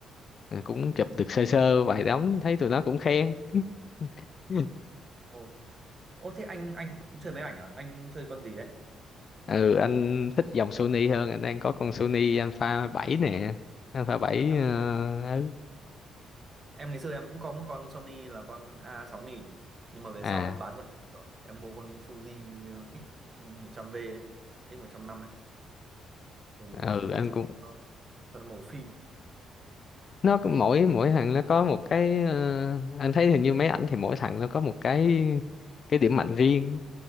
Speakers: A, on the left (about 50°); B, on the right (about 35°).
A: Rồi cũng chụp được sơ sơ vài tấm thấy tụi nó cũng khen <laughs>
B: ồ ô thế anh anh cũng chơi máy ảnh à anh chơi con gì đấy
A: ừ anh thích dòng Sony hơn anh đang có con Sony Alpha bảy nè Alpha 7
B: à
A: ờ, ừ.
B: em ngày xưa em cũng có một con Sony là con a sáu nghìn nhưng mà về
A: à
B: sau em bán con đấy rồi em mua con Fuji ờ, x ừ, một trăm v ấy x một trăm năm ấy dùng
A: ừ
B: con Fuji
A: anh
B: chụp
A: cũng
B: ờ, cho nó màu phim
A: nó cũng- mỗi mỗi thằng nó có một cái ờ, anh thấy hình như máy ảnh thì mỗi thằng nó có một cái cái điểm mạnh riêng